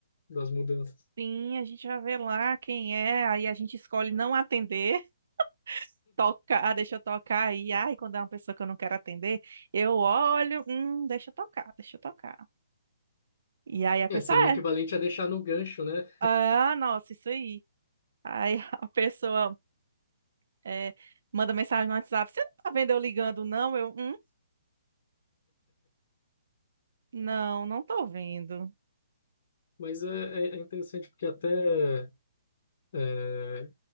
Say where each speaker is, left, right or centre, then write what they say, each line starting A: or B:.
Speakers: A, on the left; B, on the right.
A: das mudanças.
B: Sim, a gente já vê lá quem é, aí a gente escolhe não atender, <laughs> toca ah deixa eu tocar aí. Ai, quando é uma pessoa que eu não quero atender, eu olho, hum, deixa eu tocar, deixa eu tocar. E aí a
A: É,
B: pessoa
A: seria o equivalente
B: é,
A: a deixar no gancho, né?
B: ah, nossa, isso aí. Aí <laughs> a pessoa é, manda mensagem no WhatsApp: Você não tá vendo eu ligando, não? Eu, hum, não, não tô vendo.
A: Mas é, é é interessante porque até. é,